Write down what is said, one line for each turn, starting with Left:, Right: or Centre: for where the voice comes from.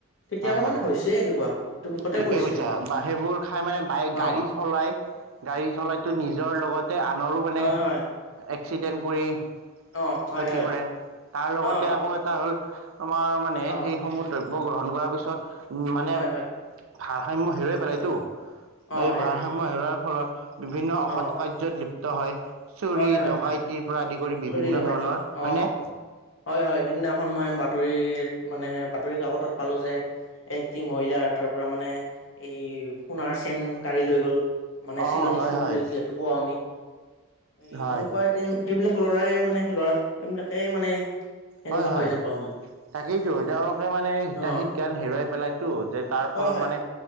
Left: কেতিয়াবা
Right: হয় হয়
Left: মানে হৈছে এনেকুৱা, তুৰ মুখতে
Right: ঠিকেই
Left: পৰিছে।
Right: কৈছা বা সেইবোৰ খাই মানে বাইক
Left: অ',
Right: গাড়ী চলায়, গাড়ী চলাইতো নিজৰ লগতে আনৰো মানে
Left: হয়, হয়,
Right: এক্সিডেণ্ট কৰি।
Left: অ', হয়,
Right: ক্ষতি
Left: হয়,
Right: কৰে তাৰ লগতে
Left: অ',
Right: আকৌ এটা হ'ল তোমাৰ মানে
Left: অ',
Right: সেইসমূহ দ্ৰব্য বৌ গ্ৰহণ কৰা পিছত মানে
Left: হয়, হয়,
Right: ভাৰসাম্য হেৰুৱাই পেলাইতো
Left: অ',
Right: এই
Left: হয়,
Right: ভাৰসাম্য
Left: হয়,
Right: হেৰুৱাৰ ফলত বিভিন্ন অসৎ
Left: অ',
Right: কাৰ্যত লিপ্ত হয় চুৰি
Left: হয়, হয়,
Right: ডকাইতিৰ
Left: হয়,
Right: পৰা আদি বিভিন্ন
Left: চুৰি ডকাইতি
Right: ধৰণৰ হয়নে
Left: অ'। হয় হয় সেইদিনাখন মই বাতৰি মানে বাতৰি কাকতত পালো যে এটি মহিলা তাৰ পৰা মানে এই সোণাৰ চেন কাঢ়ি লৈ গল মানে
Right: অ
Left: চিলনী
Right: হয়
Left: চুৰ
Right: হয়
Left: বুলি যিহেতু কওঁ আমি এই
Right: হয়
Left: সেনেকোৱা তেন সেইবিলাক ল'ৰাই মানে ল'ৰা এইবিলাকেই মানে সেনেকুৱা
Right: হয় হয়
Left: যেন পাওঁ মই
Right: তাকেইতো তেওঁলোকে মানে হিতাহীত
Left: অ
Right: গান হেৰুৱাই পেলাইতো যে তাৰ
Left: হয়
Right: ফলত
Left: হয়
Right: মানে